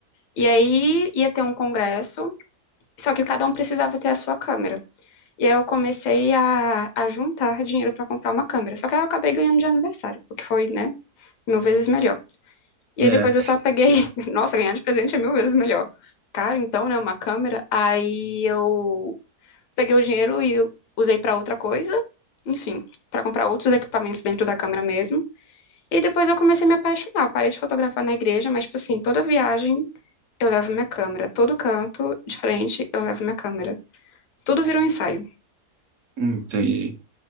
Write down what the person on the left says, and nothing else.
E aí ia ter um congresso, só que cada um precisava ter a sua câmera. E aí eu comecei a, a juntar dinheiro para comprar uma câmera. Só que aí eu acabei ganhando de aniversário, o que foi, né, mil vezes melhor. E
aí depois eu só peguei, <laughs> nossa, ganhar de presente é mil vezes melhor. Caro, então, né, uma câmera. Aí eu Peguei o dinheiro e usei para outra coisa, enfim, para comprar outros equipamentos dentro da câmera mesmo. E depois eu comecei a me apaixonar. Eu Parei de fotografar na igreja, mas, tipo assim, toda viagem eu levo minha câmera. Todo canto de frente eu levo minha câmera. Tudo vira um ensaio.